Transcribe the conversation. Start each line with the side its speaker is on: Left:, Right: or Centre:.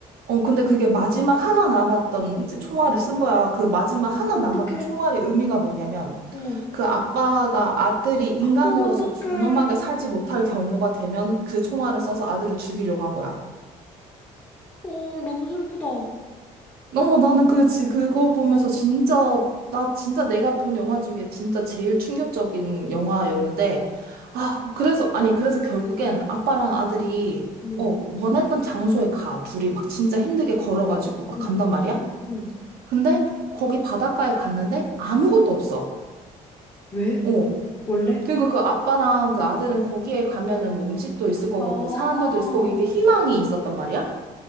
Right: 어, 근데 그게 마지막 하나 남았던 이제 총알을 쓴 거야. 그 마지막 하나
Left: 어떡해.
Right: 남았던 총알의 의미가 뭐냐면,
Left: 어,
Right: 그 아빠가 아들이 인간으로서
Left: 어, 어떡해.
Right: 존엄하게 살지 못할 경우가 되면 그 총알을 써서 아들을 죽이려고 한 거야.
Left: 어, 너무 슬프다.
Right: 어, 나는 그, 지, 그거 보면서 진짜, 나 진짜 내가 본 영화 중에 진짜 제일 충격적인 영화였는데, 아, 그래서, 아니, 그래서 결국엔 아빠랑 아들이,
Left: 응
Right: 어, 원했던 장소에 가. 둘이 막 진짜 힘들게 걸어가지고 막
Left: 응
Right: 간단 말이야?
Left: 응
Right: 근데 거기 바닷가에 갔는데 아무것도 없어.
Left: 왜?
Right: 어,
Left: 원래?
Right: 그러니까 그 아빠랑 그 아들은 거기에 가면은 뭐 음식도 있을 거고
Left: 아, 어,
Right: 뭐 사람들도 있을 거고 이게 희망이 있었단 말이야.